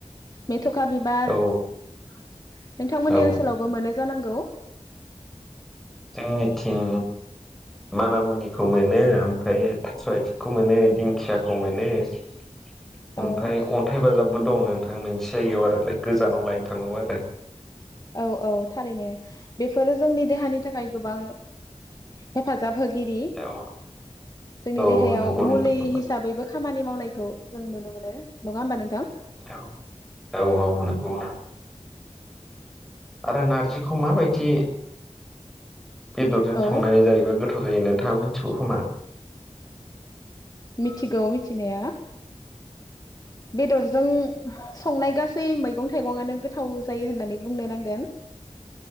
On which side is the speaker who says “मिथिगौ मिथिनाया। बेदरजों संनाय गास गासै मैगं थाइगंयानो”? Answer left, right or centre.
Left